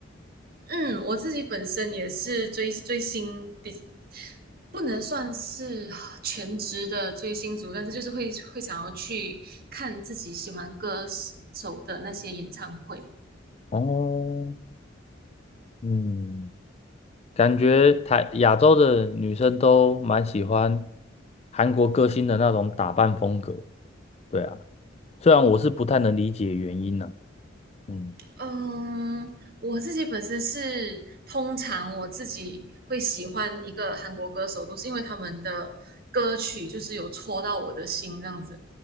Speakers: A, on the right; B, on the left.
A: 嗯，我自己本身也是追追星，比不能算是全职的追星族，但是就是会会想要去看自己喜欢歌手的那些演唱会。
B: 哦，嗯，感觉台亚洲的女生都蛮喜欢韩国歌星的那种打扮风格。对啊，虽然我是不太能理解原因呢、嗯，
A: 嗯，我自己本身是通常我自己会喜欢一个韩国歌手，都是因为他们的歌曲就是有戳到我的心这样子。